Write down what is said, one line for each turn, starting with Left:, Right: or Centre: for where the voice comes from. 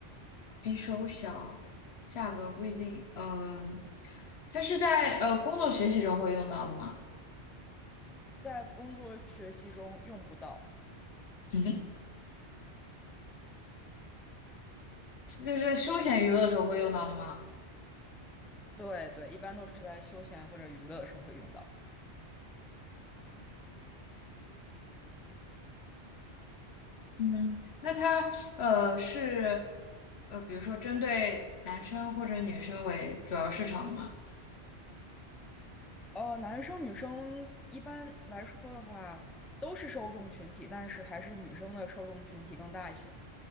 Left: 比手小，价格不一定。嗯、它是在呃工作学习中会用到的吗？
Centre: 在工作学习中用不到。
Left: <laughs> 嗯哼就是在休闲娱乐的时候会用到的吗？
Centre: 对对，一般都是在休闲或者娱乐的时候会用到。
Left: 嗯，那它呃是呃，比如说针对男生或者女生为主要市场的吗？
Centre: 呃，男生女生一般来说的话，都是受众群体，但是还是女生的受众群体更大一些。